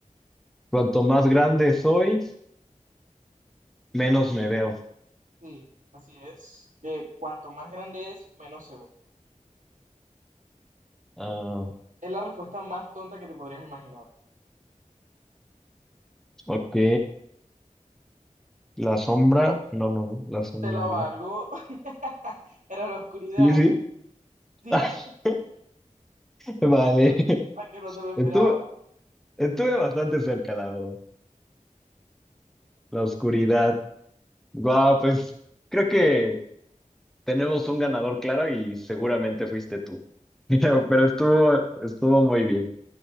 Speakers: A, in the centre; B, on the right (about 70°).
A: Cuanto más grande soy, menos me veo.
B: Sí, así es. Eh, cuanto más grande es, menos se ve.
A: Ah,
B: Es la respuesta más tonta que te podrías imaginar.
A: ok. La sombra, no, no, la sombra
B: Te la
A: no.
B: valgo. <laughs> Era la oscuridad.
A: Sí, sí.
B: Sí,
A: <laughs> Vale.
B: a que no, a que no te lo esperaba.
A: Estuve, estuve bastante cerca, la verdad. La oscuridad. Guau, pues creo que tenemos un ganador claro y seguramente fuiste tú. <laughs> Pero, pero estuvo, estuvo muy bien.